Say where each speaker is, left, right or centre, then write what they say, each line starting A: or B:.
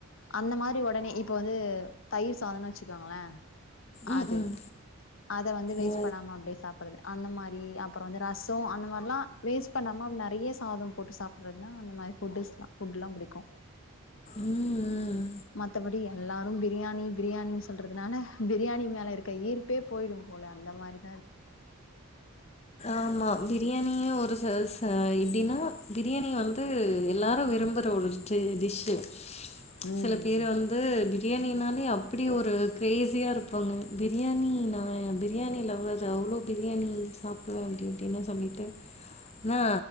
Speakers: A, on the left; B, on the left.
A: அந்த மாரி ஒடனே இப்ப வந்து தயிர் சாதோனு வச்சுக்கோங்களே
B: ம்
A: அது
B: ம்
A: அத வந்து வேஸ்ட்
B: ஓ
A: பண்ணாம அப்படியே சாப் அந்த மாரி அப்புறோ ரசோ அந்த மாரிலா வேஸ்ட் பண்ணாம நெறைய சாதம் போட்டு சாப் அப்றந்தா அந்த மாரி ஃபுட்டுஸ் ஃபுட்டேல்லாம் புடிக்கும்
B: உம் உம்
A: மத்த படி எல்லா லாரு பிரியாணி பிரியாணின்னு சொல்றதுனால பிரியாணி மேல இருக்க ஈர்ப்பே போயிடும் போல அந்த மாரி
B: ஆமா பிரியாணியும் ஒரு ச ச எப்டின்னா பிரியாணி வந்து எல்லாரும் விரும்பற ஒரு ட்ரேடிஸ்ஸு
A: ம்
B: செல பேரு வந்து அது பிரியாணினாலே அப்படி ஒரு கிரேஸியா இருப்பாங்க பிரியாணி நா பிரியாணி லவ்வர் நா அவ்ளோ பிரியாணி சாப்டுவேன் அப்டி அப்டின்னு சொல்லிட்டு என்ன